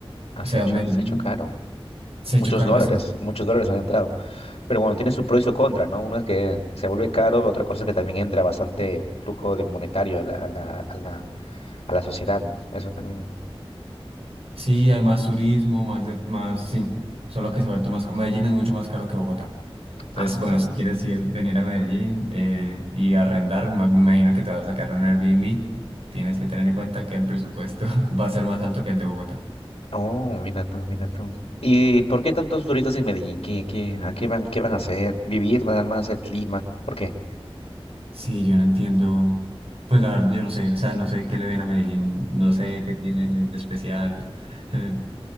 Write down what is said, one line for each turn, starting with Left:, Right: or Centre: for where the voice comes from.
Left: Ah,
Right: O
Left: se
Right: sea,
Left: ha hecho,
Right: Medellín
Left: se ha hecho caro.
Right: se ha
Left: Muchos
Right: hecho caro.
Left: dólares, muchos dólares han entrado. Pero bueno, tiene su pro y su contra, ¿no? Uno es que se vuelve caro, otra cosa es que también entra bastante flujo de monetario a la, a la, a la a la sociedad, ¿no? Eso también.
Right: Sí, hay más turismo, más de, más, sí, solo que se ha vuelto más caro. Medellín es mucho más caro que Bogotá. Entonces,
Left: Ah.
Right: bueno, si quieres ir, venir a Medellín eh, y arrendar, ma- me imagino que te vas a sacar un Airbnb, tienes que tener en cuenta que el presupuesto <laughs> va a ser más alto que el de Bogotá.
Left: Oh, mira tú, mira tú. ¿Y por qué tantos turistas en Medellín? ¿Qué, qué, a qué van, qué van a hacer? ¿Vivir nada más el clima? ¿Por qué?
Right: Sí, yo no entiendo, pues la verdad, yo no sé, o sea, no sé qué le ven a Medellín, no sé qué tiene de especial. eh,